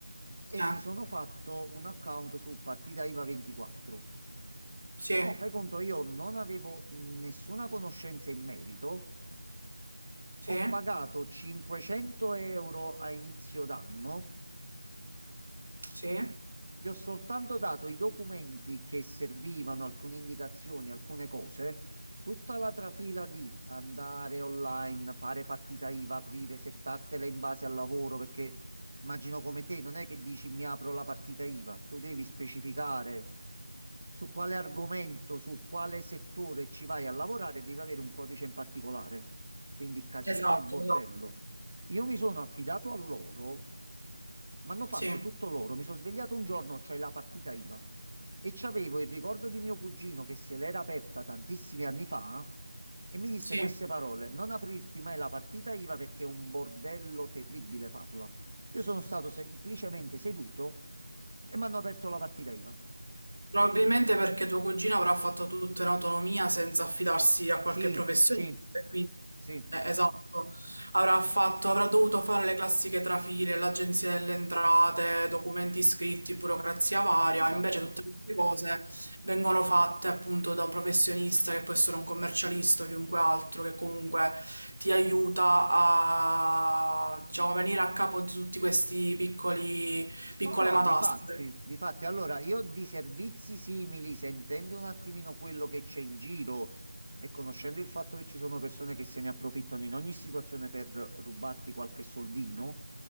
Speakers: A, on the right; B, on the right.
A: e
B: Eh,
A: mi sono fatto un account su partita IVA 24.
B: sì,
A: Mo, fai conto, io non avevo nessuna conoscenza in merito.
B: sì,
A: Ho pagato 500 euro a inizio d'anno
B: sì,
A: Gli ho soltanto dato i documenti che servivano, alcune indicazioni, alcune cose. Tutta la trafila di andare online, fare partita IVA, aprire, settartela in base al lavoro, perché immagino come te, non è che dici mi apro la partita IVA, tu devi specificare su quale argomento, su quale settore ci vai a lavorare, devi avere un codice in particolare. Quindi casino
B: Esatto.
A: e bordello.
B: esatto.
A: Io mi sono affidato a loro mi hanno fatto
B: sì,
A: tutto loro. Mi sono svegliato un giorno, c'è la partita IVA e c'avevo il ricordo di mio cugino che se l'era aperta tantissimi anni fa e mi disse
B: sì.
A: queste parole: Non aprirti mai la partita IVA perché è un bordello terribile farla. Io sono stato semplicemente seduto e mi hanno aperto la partita IVA.
B: Probabilmente perché tuo cugino avrà fatto tutto in autonomia senza affidarsi a qualche
A: Sì,
B: professionista,
A: sì,
B: e quindi
A: sì,
B: eh, esatto, avrà fatto, avrà dovuto fare le classiche trafile, l'agenzia delle entrate, documenti scritti, burocrazia varia,
A: esatto.
B: invece tutte queste cose vengono fatte appunto da un professionista che può essere un commercialista o chiunque altro che comunque ti aiuta a diciamo venire a capo di tutti questi piccoli piccole
A: No, no,
B: matasse.
A: difatti, difatti, allora io di servizi simili, sentendo un attimino quello che c'è in giro e conoscendo il fatto che ci sono persone che se ne approfittano in ogni situazione per rubarti qualche soldino,